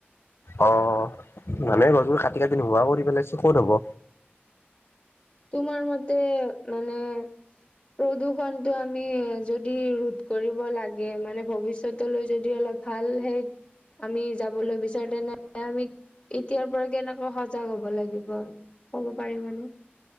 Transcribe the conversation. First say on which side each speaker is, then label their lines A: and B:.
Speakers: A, on the left; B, on the left.
A: অ' মানুহে গছবোৰ কাটি-কাটি নোহোৱা কৰি পেলাইছে ক'ত হব।
B: তোমাৰ মতে মানে প্ৰদূৰ্ষনটো আমি যদি ৰোধ কৰিব লাগে, মানে ভৱিষ্যতলৈ যদি অলপ ভাল হে আমি যাবলৈ বিচাৰো। তেনেহলে আমি এতিয়াৰ পৰা কেনেকৈ সজাগ হব লাগিব ক'ব পাৰিবানে?